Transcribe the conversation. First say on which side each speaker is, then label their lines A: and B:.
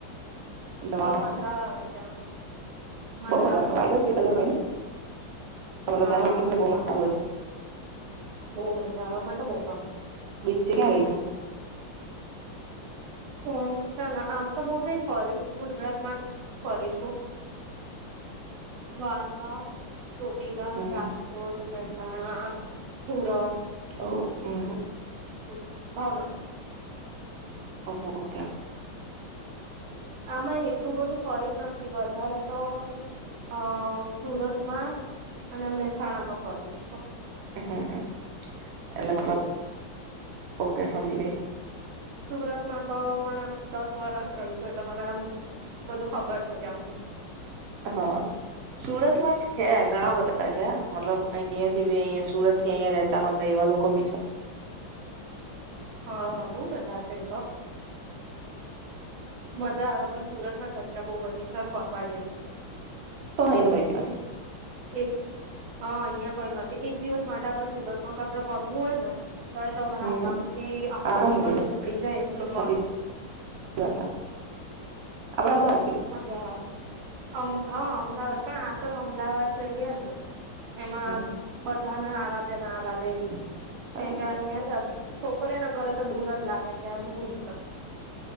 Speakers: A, on the right; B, on the right.
A: જવાનો
B: પણ મજા આવે ત્યાં મજા
A: બહુ
B: આવે
A: વાઇબ જ કંઈક અલગ હોય ને મતલબ
B: હા
A: ત્યાંનું એટમોસ્ફિયર બહુ
B: હા
A: મસ્ત સારું હોય છે
B: બહું મજા આવે મન તો બહુ ગમે.
A: બીજે ક્યાં ગઈ છો?
B: હું છે આમ તો બહું નહિ ફરી ગુજરાતમાં જ ફરી છું દ્વારકા ચોટીલા,
A: હમ
B: રાજકોટ, અને ણા સુરત.
A: ઓ અહમ્મ.
B: હમ્મ ભાવનગર
A: <unintelligible>
B: આમય એટલું બધું ફરી નથી વધારે તો અ સુરતમાં અને મહેસાણામાં ફરી છું.
A: હમ્મ એટલે મતલબ ઓકે સમજી ગઈ.
B: સુરતમાં તો મને દસ વરસ રહી છું એટલે મને આમ બધું ખબર છે ત્યાંનું
A: હ સુરતમાં જ કે ઘણા બધા તાં છે. મતલબ અહિયાંથી બી અહયા સુરતથી અહયા રહેતા હોય એવા લોકો બી છે.
B: હમ્મ બહુ બધા છે અહીં તો. મઝા આવે પણ સુરતમાં જ તા બહુ બધી સર ફરવા જઈ.
A: <inaudible>
B: એક હા અહં કઈ નતી એક દિવસ માટે આપડે સુરતમાં કસર ફરવું હોય ને તોય તમારા
A: હમ
B: આરામ થી આખો
A: આરામથી
B: દિવસ
A: થઈ જાય
B: નીકળી જાય એટલું
A: સાચી
B: મસ્ત.
A: વાત છે આપડે અમદાવાદ જેવું
B: મજા આવે. અમ હા અમદાવાદ પણ આપડે અમદાવાદ જઈએ ને એમાં
A: હમ
B: બધ ધાને આવા દે ના આવા દે એવું.
A: સાચી
B: તે
A: વાત
B: અહીયા અ પ છોકરી ના ઘરે તો દૂર જ લાગે. ક્યા દૂર છે.